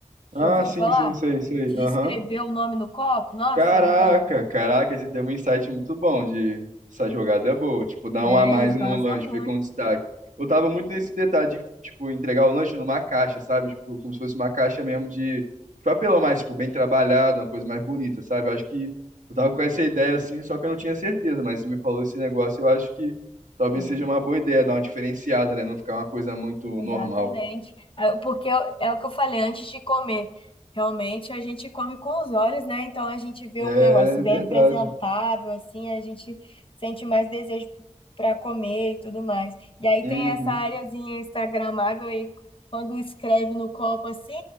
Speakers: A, on the left; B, on the right.
A: já
B: Ah,
A: ouviu
B: sim,
A: falar?
B: sim, sei, sei.
A: De
B: Aham.
A: escrever o nome no copo, nossa,
B: Caraca,
A: eles gostam,
B: caraca, esse tem um insight muito bom de essa jogada é boa, tipo, dar
A: é,
B: um a mais
A: eles
B: no
A: gostam
B: lanche, fica
A: muito.
B: um destaque. Eu tava muito nesse detalhe de, tipo, entregar o lanche numa caixa, sabe? Tipo, como se fosse uma caixa mesmo de de papelão mais, tipo, bem trabalhado, uma coisa mais bonita, sabe? Eu acho que eu tava com essa ideia assim, só que eu não tinha certeza, mas você me falou esse negócio, eu acho que talvez
A: É,
B: seja uma boa ideia, dar uma diferenciada, né? Não ficar uma coisa muito
A: Exatamente.
B: normal.
A: É, Porque eu- é o que eu falei antes de comer. Realmente a gente come com os olhos, né? Então a gente vê
B: É
A: um negócio bem
B: verdade.
A: apresentável, assim, a gente sente mais desejo para comer e tudo mais. E aí
B: Uhum.
A: tem essa areazinha instagramável aí, quando escreve no copo assim,